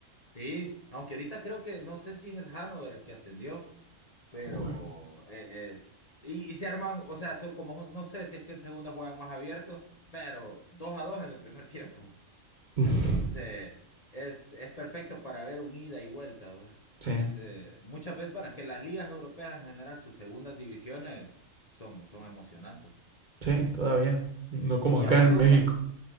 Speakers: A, on the left; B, on the right.
A: Sí, aunque ahorita creo que, no sé si es el Hannover el que ascendió. pero
B: Uy.
A: e- es, y, y se arman, o sea, son como, no sé si es que en segundo juegan más abiertos, pero dos a dos en el primer <laughs> tiempo.
B: <laughs>
A: Entonces, es, es perfecto para ver un ida y vuelta, ¿verdad?
B: Sí,
A: Es, eh, muchas veces, bueno, es que las ligas europeas en general, sus segundas divisiones son, son emocionantes.
B: sí, todavía. No como
A: ¿Y
B: acá
A: a vos
B: en
A: te gusta?
B: México.
A: el-